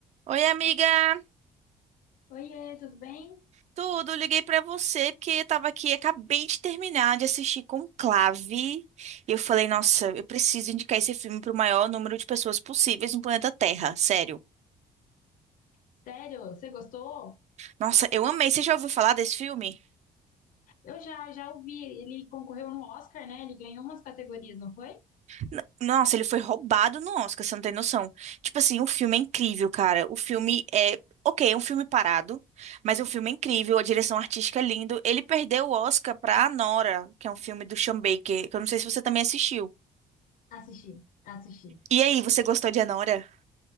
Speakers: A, on the right (about 50°); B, on the left (about 70°).
A: Oi, amiga.
B: Oiê, tudo bem?
A: Tudo, liguei pra você porque eu tava aqui, acabei de terminar de assistir Conclave e eu falei, nossa, eu preciso indicar esse filme pro maior número de pessoas possíveis no planeta Terra, sério.
B: Sério, você gostou?
A: Nossa, eu amei. Você já ouviu falar desse filme?
B: Eu já, já ouvi, ele concorreu no Oscar, né? Ele ganhou umas categorias, não foi?
A: N- Nossa, ele foi roubado no Oscar, você não tem noção. Tipo assim, o filme é incrível, cara. O filme é, ok, é um filme parado, mas é um filme incrível, a direção artística é lindo. Ele perdeu o Oscar pra Nora, que é um filme do Sean Baker, que eu não sei se você também assistiu.
B: Assisti, assisti.
A: E aí, você gostou de Anora?